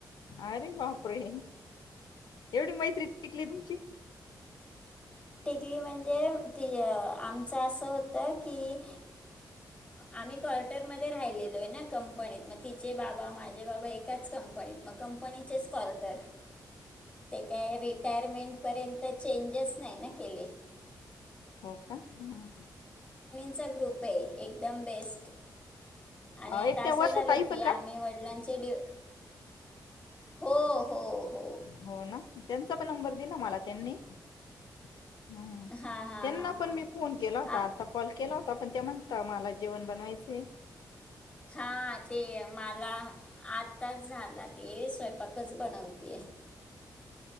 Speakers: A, on the left (about 80°); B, on the left (about 20°).
A: अरे बापरे एवढी मैत्री टिकली तुमची
B: टिकली म्हणजे ती आमचं असं होतं की आम्ही क्ॉर्टरमध्ये राहिलेलो आहे ना कंपनीत मग तिचे बाबा माझे बाबा एकाच कंपनीत मग कंपनीचेच क्र्टर ते काय रिटायरमेंटपर्यंत चेंजेस नाही ना केले
A: ठी का आहे ह
B: चा ग्रुप आहे एकदम बेस्ट आणि आता
A: एक त्या
B: असं
A: वर्षा
B: झालं
A: ताई
B: की
A: पण
B: आम्ही
A: का
B: वडिलांचे ड हो हो हो
A: हो ना त्यांचा पण नंबर मला त्यांनी हम्म
B: हां हां
A: त्यांना
B: हां हां
A: पण मी फोन केला होता.
B: हां
A: आता काॅल केला होता. पण त्या म्हण मला जेवण बनवायचं आहे.
B: हा ते मला आताच झाला. ते स्वयंपाकच बनवते. <unintelligible>